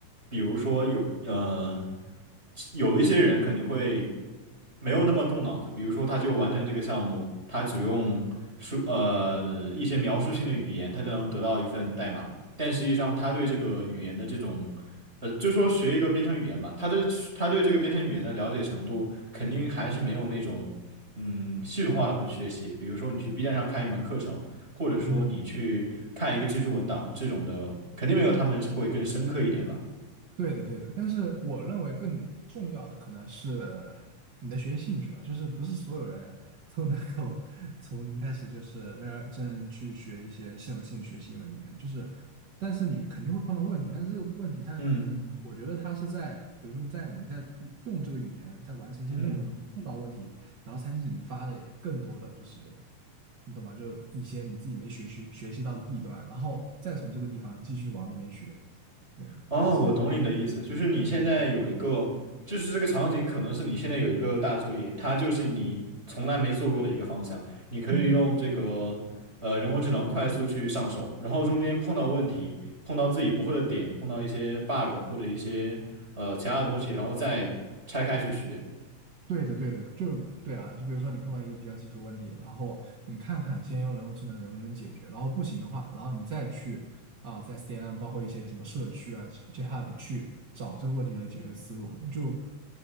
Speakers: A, on the right; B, on the right.
A: 比如说有呃有一些人肯定会没有那么动脑子，比如说他就完成这个项目，他只用说呃一些描述性的语言，他就能得到一份代码，但实际上他对这个语言的这种呃就说学一个编程语言吧，他的他对这个编程语言的了解程度肯定还是没有那种。嗯，系统化的会学习，比如说你去 B 站上看一门课程，或者说你去看一个技术文档，
B: 嗯。
A: 这种的肯定没有他们会更深刻一点吧。
B: 对的，对的，但是我认为更重要的可能是你的学习兴趣吧，就是不是所有人 <laughs> 都能够 <laughs> 从零开始就是认真去学一些系统性学习一门语言，就是，但是你肯定会碰到问题，但是这个问题它可能，
A: 嗯
B: 我觉得它是在，比如说在你在用这个语言在完成一些任务中碰到问题，
A: 嗯，
B: 然后才引发的更多的就是，你懂吧？就一些你自己没学习学习到的弊端，然后再从这个地方继续往里面学，对，
A: 哦，
B: 我是这样。
A: 我懂你的意思，就是你现在有一个，就是这个场景可能是你现在有一个大作业，它就是你从来没做过的一个方向，你可以用这个呃人工智能快速去上手，
B: 嗯，
A: 然后中间碰到问题，碰到自己不会的点，碰到一些 bug 或者一些呃其他的东西，然后再拆开去学。
B: 对的，对的，就对啊，就比如说你碰到一个比较棘手问题，然后你看看先用人工智能能不能解决，然后不行的话，然后你再去啊，在 SDN 包括一些什么社区啊、GitHub 去找这个问题的解决思路，就